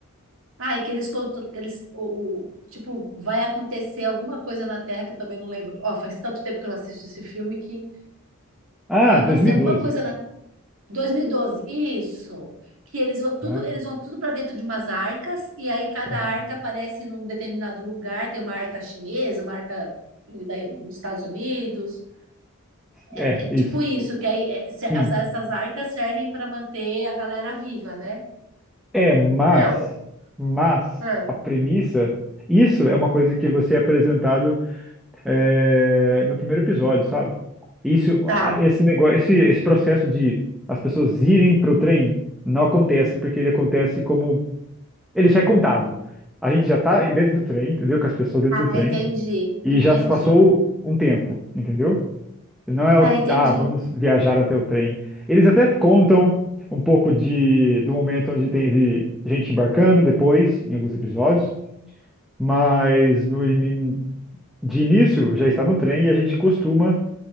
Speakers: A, on the right; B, in the centre.
A: Ai, que eles, contro- que eles o, o- tipo, vai acontecer alguma coisa na Terra que eu também não lembro. Ó, faz tanto tempo que eu não assisto esse filme que
B: Ah,
A: Vai acontecer
B: 2012,
A: alguma coisa na 2012? isso. Que eles vão tudo,
B: né?
A: eles vão tudo para dentro de umas arcas e aí cada
B: É,
A: arca aparece num determinado lugar, tem uma arca chinesa, uma arca da- dos Estados Unidos.
B: é,
A: É tipo
B: isso.
A: isso, que aí é, se- as-
B: Sim.
A: essas arcas servem para manter a galera viva, né?
B: É, mas,
A: Meu,
B: mas
A: ah,
B: a premissa, isso é uma coisa que você é apresentado é, no primeiro episódio, sabe? Isso,
A: tá.
B: ah, esse negócio, esse, esse processo de as pessoas irem pro trem não acontece porque ele acontece como Ele já é contado. A gente já tá dentro do trem, entendeu? Com as pessoas dentro
A: Ah,
B: do trem.
A: entendi,
B: E
A: entendi.
B: já se passou um tempo, entendeu? Não é
A: Ah,
B: o,
A: entendi.
B: ah, vamos viajar até o trem. Eles até contam um pouco de, do momento onde teve gente embarcando depois, em alguns episódios. Mas no, ini- de início já está no trem e a gente costuma